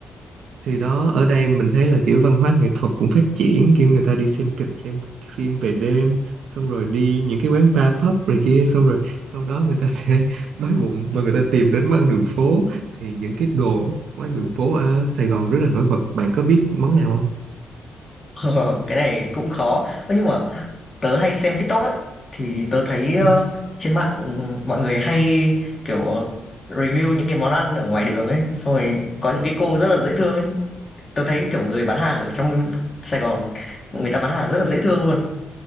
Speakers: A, on the right (about 75°); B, on the left (about 25°).
A: thì đó ở đây mình thấy là kiểu văn hóa nghệ thuật cũng phát triển kiểu người ta đi xem kịch xem phim về đêm xong rồi đi những cái quán bar pub này kia xong rồi sau đó người ta sẽ <laughs> đói bụng và người ta tìm đến món ăn đường phố thì những cái đồ món ăn đường phố ở Sài Gòn rất là nổi bật bạn có biết món nào không
B: Ờ, cái này cũng khó. Ơ, nhưng mà tớ hay xem TikTok ấy, thì tớ thấy,
A: ừ.
B: ơ, trên mạng, mọi người hay, kiểu, review những cái món ăn ở ngoài đường ấy, xong rồi có những cái cô rất là dễ thương ấy. Tớ thấy, kiểu, người bán hàng ở trong Sài Gòn, người ta bán hàng rất là dễ thương luôn,